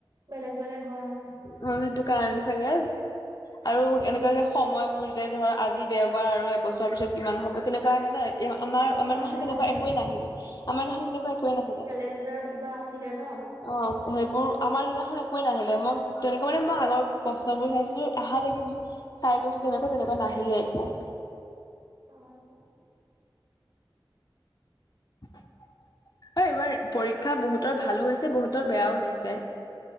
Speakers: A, on the right (about 50°); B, on the left (about 50°).
A: বেলেগ বেলেগ হয় অ'।
B: মই বোলো সেইটো কাৰণে চাগে। আৰু
A: উম
B: এনেকুৱা যে সময়বোৰ যে ধৰ আজি দেওবাৰ আৰু এবছৰৰ পিছত কিমান হ'ব তেনেকুৱা আহে নাই। এ আমাৰ
A: অ
B: আমাৰ
A: আহে
B: দিনাখন তেনেকুৱা
A: আহে
B: একোৱেই নাহিলে, আমাৰ দিনাখন তেনেকুৱা একোৱে নাহিলে।
A: এনডৰ কিবা আছিলে ন?
B: অ' সেইবোৰ আমাৰ দিনাখন একোৱে নাহিলে, মই তেনেকুৱা মানে মই আগৰ প্ৰশ্নবোৰ চাইছিলো আহা দেখিছো। চাই গৈছিলো, তেনেকুৱা তেনেকুৱা নাহিলে একো।
A: অ'।
B: অ' এইবাৰ পৰীক্ষা বহুতৰ ভালো হৈছে বহুতৰ বেয়াও হৈছে।